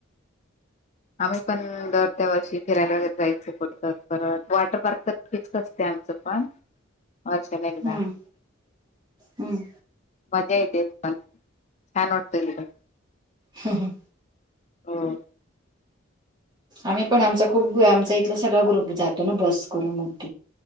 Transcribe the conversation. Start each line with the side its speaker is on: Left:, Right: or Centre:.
Left: आम्ही पण दर त्या वर्षी फिरायला वगैरे जायचो पडत परत वॉटर पार्क तर फिक्स असते आमचं पण होर सगदा
Right: हम्म हम्म
Left: मजा ेत छान नडतर
Right: हा हं.
Left: हो.
Right: आम्ही पण आमचा खूप आमचा इथला सगळा ग्रुप जातो ना बस करून मग